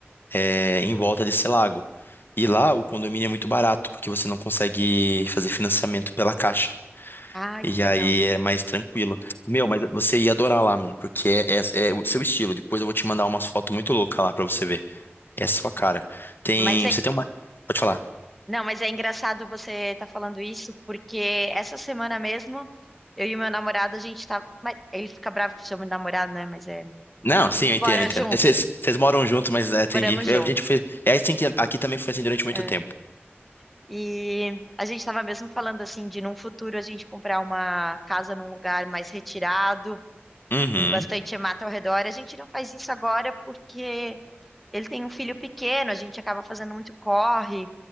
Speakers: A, on the left; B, in the centre.
A: é, em volta desse lago. E lá o condomínio é muito barato, porque você não consegue fazer financiamento pela Caixa.
B: Ai,
A: E
B: que legal.
A: aí é mais tranquilo. Meu, mas você ia adorar lá, mano, porque é, é- é o seu estilo. Depois eu vou te mandar umas fotos muito loucas lá pra você ver. É a sua cara. Tem.
B: Mas é,
A: Você tem uma. Pode falar.
B: não, mas é engraçado você estar falando isso, porque essa semana mesmo, eu e meu namorado, a gente tá, mas ele fica bravo que eu chamo de namorado, né? Mas é,
A: Não, sim,
B: a gente
A: eu entendo,
B: bora
A: eu entendo.
B: junto.
A: É, Vocês vocês moram juntos, mas é, entendi.
B: Moramos
A: É,
B: junto.
A: A gente foi. É assim que aqui também foi assim durante muito
B: é.
A: tempo.
B: E a gente estava mesmo falando assim de num futuro a gente comprar uma casa num lugar mais retirado,
A: Uhum.
B: com bastante mata ao redor. A gente não faz isso agora porque ele tem um filho pequeno, a gente acaba fazendo muito corre